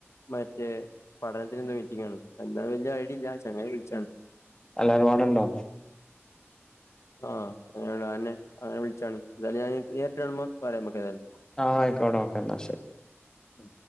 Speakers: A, on the left; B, on the left.
A: മറ്റേ പഠനത്തിന്റെ എന്തോ മീറ്റിംഗ് ആണ് എന്താ വലിയ ഐഡി ഇല്ല ചങ്ങായി വിളിച്ചെയാണ്
B: എല്ലാര്പാടെണ്ടോ
A: ആഹ് അനെ അങ്ങനെ വിളിച്ചാണ് ആഹ് എന്തായാലും ഞാൻ നേരിട്ട് കാണുമ്പം പറയാം നമുക്ക് ഏതായാലും
B: ആഹ് ആയിക്കോട്ടെ ഓക്കെ ന്നാ ശരി
A: ഉം